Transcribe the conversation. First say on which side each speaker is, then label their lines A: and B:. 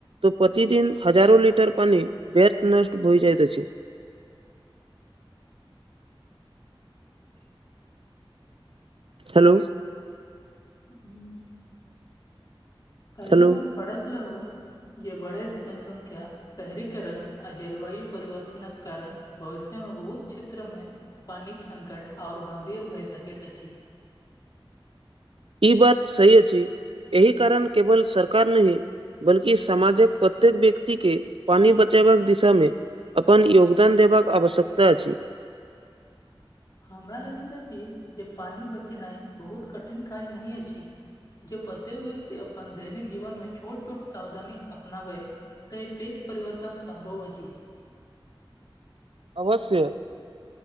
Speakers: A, on the right; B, on the left.
A: तऽ प्रतिदिन हजारो लिटर पानी वेष्ट नष्ट हो जाइत अछि हेलो
B: हू कल्ही
A: हेलो
B: हम पढ़ति रहु जे बढ़ति जनसंख्या शहरीकरण आ जलवायु परिवर्तनक कारण भविष्य मे बहुत क्षेत्र मे पानिक संकट आओर गंभीर भए सकति अछि
A: ई बात सही अछि एहि कारण केवल सरकार नहि बल्कि समामाजक प्रत्येक व्यक्ति के पानी बचेबाक दिशा मे अपन योगदान देबाक आवश्यकता अछि
B: हमरा लगति अछि जे पानी बचेनाइ बहुत कठिन काज नहि अछि जे प्रत्येक व्यक्ति अपन दैनिक जीवन मे छोट छोट सावधानी अपनावै तऽ फेेक परिवर्तन संभव अछि
A: अवश्य